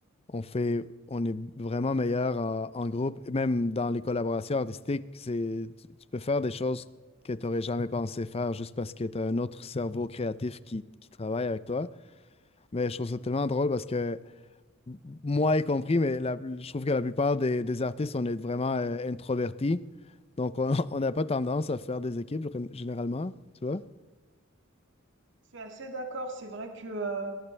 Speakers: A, on the left (about 30°); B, on the right (about 60°).
A: on fait, on est vraiment meilleur en, en groupe, et même dans les collaborations artistiques, c'est, tu, tu peux faire des choses que tu n'aurais jamais pensé faire juste parce que tu as un autre cerveau créatif qui, qui travaille avec toi. Mais je trouve ça tellement drôle parce que, moi y compris, mais la- je trouve que la plupart des, des artistes, on est vraiment euh, introvertis. Donc, on <laughs> on n'a pas tendance à faire des équipes gén- généralement, tu vois?
B: Je suis assez d'accord, c'est vrai que, euh,